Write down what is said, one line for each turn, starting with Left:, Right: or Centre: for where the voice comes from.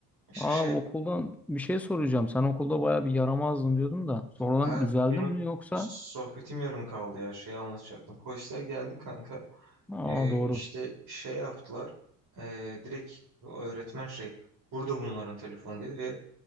Right: İşte
Centre: Aa
Right: şey
Centre: okuldan bir şey soracağım. Sen okulda bayağı bir yaramazdın diyordum da. Sonradan
Right: ha,
Centre: düzeldin
Right: benim
Centre: mi yoksa?
Right: sohbetim yarım kaldı ya şeyi anlatacaktım. Polisler geldi kanka.
Centre: Aa
Right: Ee,
Centre: doğru.
Right: işte şey yaptılar. Ee, direkt öğretmen şey burada bunların telefonu dedi ve